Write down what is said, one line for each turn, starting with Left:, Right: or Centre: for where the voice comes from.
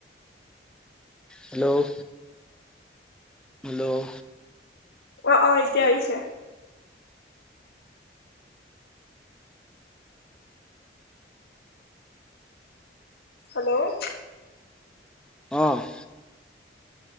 Centre: হেল্লৌ' হেল্লৌ'
Left: অ অ, এতিয়া আহিছে। হেল্লৌ'
Centre: অঁহ'।